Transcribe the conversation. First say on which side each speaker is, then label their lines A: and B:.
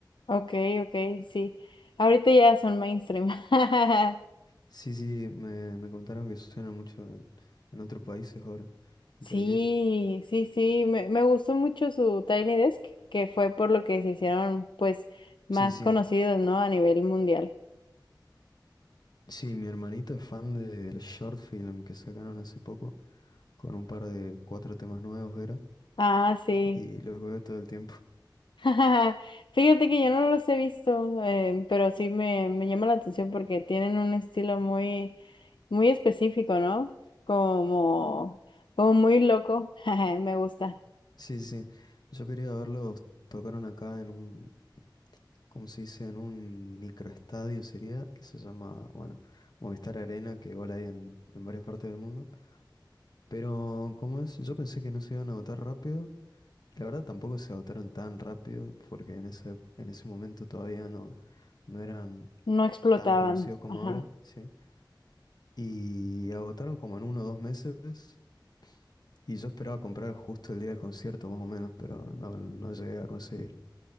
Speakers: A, on the left; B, on the left.
A: ok, ok, sí. Ahorita ya son mainstream. <laughs>
B: Sí, sí, me, me contaron que suenan mucho en, en otros países ahora.
A: Sí,
B: Increíble.
A: sí, sí. Me, me gustó mucho su Tiny Desk, que fue por lo que se hicieron, pues, más
B: Sí, sí.
A: conocidos, ¿no? A nivel mundial.
B: Sí, mi hermanito es fan del short film que sacaron hace poco con un par de cuatro temas nuevos era
A: Ah, sí.
B: y los veo todo el tiempo.
A: <laughs> Fíjate que yo no los he visto, eh, pero sí me, me llama la atención porque tienen un estilo muy, muy específico, ¿no? Como, como muy loco. <laughs> Me gusta.
B: Sí, sí. sí. Yo quería verlos, tocaron acá en un, como se dice, en un microestadio sería, que se llama, bueno, Movistar Arena, que igual hay en, en varias partes del mundo. Pero, ¿cómo es? Yo pensé que no se iban a votar rápido. y La verdad tampoco se votaron tan rápido, porque en ese, en ese momento todavía no, no eran
A: No explotaban.
B: tan conocidos como
A: Ajá.
B: ahora, ¿sí? Y agotaron como en uno o dos meses. Y yo esperaba comprar justo el día del concierto, más o menos, pero no, no llegué a conseguir.